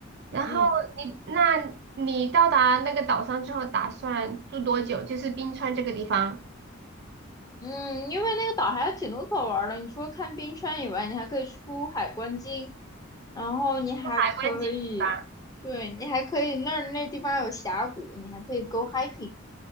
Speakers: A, on the right (about 55°); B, on the left (about 20°).
A: 然后你，
B: 嗯
A: 那你到达那个岛上之后，打算住多久？就是冰川这个地方，
B: 嗯，因为那个岛还有挺多可玩儿的，你除了看冰川以外，你还可以出海观鲸。然后你还可以，
A: 住海关景吧。
B: 对，你还可以那儿那地方有峡谷，你还可以 go hiking。